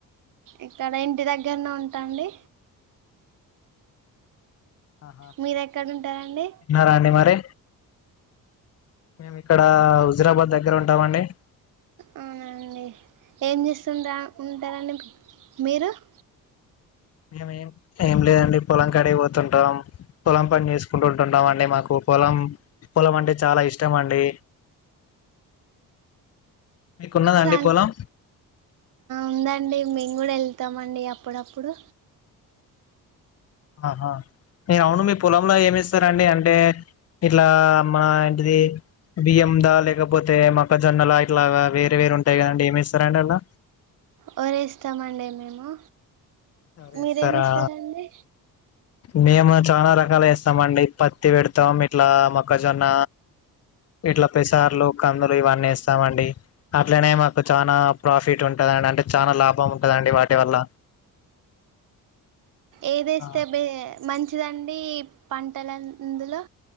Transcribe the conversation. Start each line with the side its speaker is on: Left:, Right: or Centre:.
Right: ఇక్కడ ఇంటి దగ్గరనే ఉంటాండి
Left: ఆహా
Right: మీరు ఎక్కడ ఉంటారండి
Left: తిన్నారా అండి మరి మేము ఇక్కడ హుజురాబాద్ దగ్గర ఉంటామండి
Right: అవునండి ఏం చేస్తుంద ఉందా రని మీరు ఆ <inaudible>
Left: మేముేం ఏం లేదండి పొలం కాడికీ పోతుంటాం పొలం పని చేసుకుంటు ఉంటుంటాం అండి మాకు పొలం పొలం అంటే చాలా ఇష్టం అండి మీకున్నదండి
Right: సాం
Left: పోలం
Right: ఉందండి మేము కూడా వెళ్తామండి అప్పుడప్పుడు
Left: ఆహా హే అవును మీ పొలంలో ఏమి ఇస్తారండి అంటే ఇట్లా మా ఇంటిది బియ్య దా లేకపోతే మక్కజొన్నలా ఇట్లా వేరే వేరూ ఉంటాయి కదండి ఏమి ఇస్తార రండి అలా
Right: వారి ఇస్తామండి మేము
Left: వేస్తారా
Right: మీరేమి ఏస్తారండి
Left: మేము చాలా రకాలు ఇస్తాము అండి పత్తి పెడతాం ఇట్లా మొక్కజొన్న ఇట్లా పెసార్లు కందులు ఇవన్నీ ఇస్తామండి అట్లనే మాకు చనా ప్రాఫిట్ ఉంటందండి అంటే చాల లాభం ఉంటదండి వాటి వల్ల
Right: ఏది ఇస్తే
Left: ఆ
Right: బెటర్ మంచిదండి పంటలాందులో